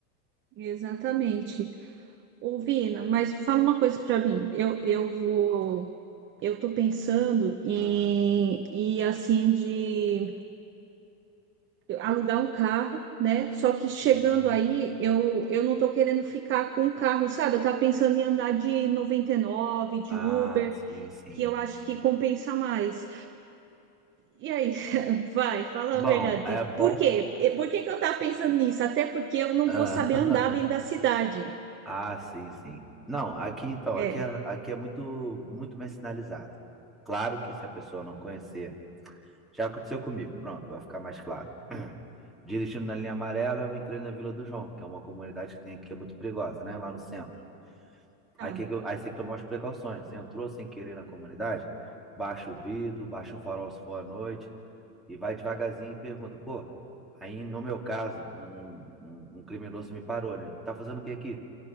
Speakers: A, on the right; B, in the centre.
A: Exatamente. Ô, Vina, mas fala uma coisa para mim. Eu, eu vou, eu tô pensando em,
B: Ah,
A: em assim de alugar um carro, né? Só que chegando
B: hum.
A: aí, eu, eu não tô querendo ficar com o carro, sabe? Eu tava pensando em andar de 99 de
B: Ah,
A: Uber.
B: sim, sim.
A: que eu acho que compensa mais. E aí, <laughs> vai, fala
B: Bom,
A: a verdade.
B: é bom.
A: Por quê? E Por que que eu tava pensando nisso? Até porque eu não
B: Ah,
A: vou saber andar dentro
B: <laughs>
A: da cidade.
B: ah, sim, sim. Não, aqui então,
A: É,
B: aqui é, aqui é muito, muito bem sinalizado. Claro que se a pessoa não conhecer, já aconteceu comigo. Pronto, vai ficar mais claro. <clears throat> Dirigindo na linha amarela, eu entrei na Vila do João, que é uma comunidade que tem aqui, que é muito perigosa, né? Lá no centro. Aí,
A: Ah,
B: que que eu- aí você tem que tomar as precauções. Você entrou sem querer na comunidade, baixa o vidro, baixa o farol se for à noite, E vai devagarzinho e pergunta, pô, aí no meu caso, um, um, um criminoso me parou, né? Tá fazendo o que aqui?